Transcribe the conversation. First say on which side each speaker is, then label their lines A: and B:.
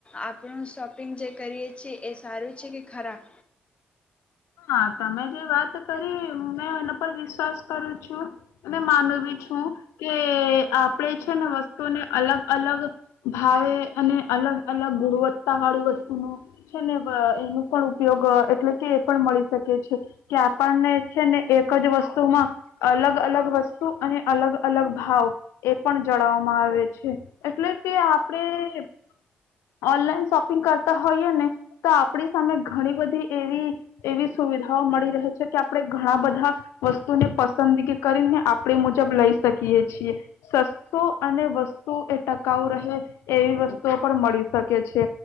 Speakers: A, on the left; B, on the left.
A: આપણું શોપિંગ જે કરીએ છીએ એ સારું છે કે ખરાબ?
B: હા, તમે જે વાત કરી મેં એના પર વિશ્વાસ કરું છુ અને માનવી છું, કે આપડે છે ને વસ્તુને અલગ, અલગ ભાવે અને અલગ, અલગ ગુણવત્તાવાળી વસ્તુનો છેને અ એનું પણ ઉપયોગ એટલે કે પણ મળી શકે છે, કે આપણને છે ને એક જ વસ્તુમાં અલગ, અલગ વસ્તુ અને અલગ, અલગ ભાવ એ પણ જણાવવામાં આવે છે, એટલે કે આપણે ઓનલાઈન શોપિંગ કરતા હોઈય, ને તો આપણી સામે ઘણી બધી એવી એવી સુવિધાઓ મળી રહે છે, કે આપણે ઘણા બધા વસ્તુને પસંદગી કરીને આપણે એ મુજબ લઈ શકીએ છીએ. સસ્તો અને વસ્તુ એ ટકાઉ રહે એવી વસ્તુઓ પણ મળી શકે છે.